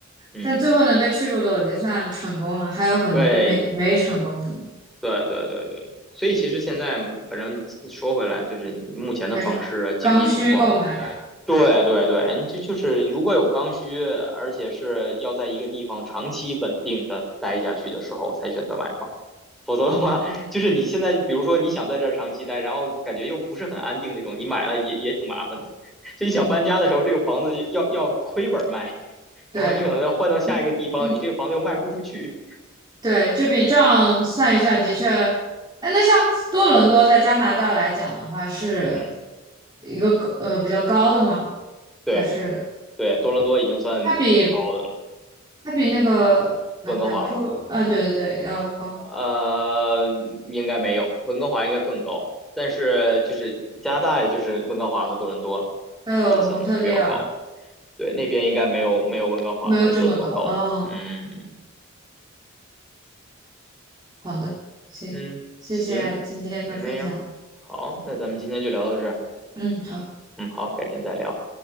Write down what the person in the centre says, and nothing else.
嗯，
对对对对对，所以其实现在反正说回来，就是目前的房市啊经济情况，
对对对，你就就是如果有刚需，而且是要在一个地方长期稳定的待下去的时候，才选择买房，否则的话，
就是你现在比如说你想在这儿长期待，然后感觉又不是很安定那种，你买了也也挺麻烦的，就你想搬家的时候，
这个房子要要亏本卖，然后你可能要换到下一个地方，
你这个房子又卖不出去，
嗯，
对。
对，多伦多已经算很高的了，
温哥华吗？
呃，应该没有，温哥华应该更高，但是就是加拿大，也就是温哥华和多伦多，
就是相对会比较高。对，那边应该没有没有温哥华和多伦多高。
嗯
嗯，
行，没有，好，那咱们今天就聊到这儿。
嗯，好，改天再聊。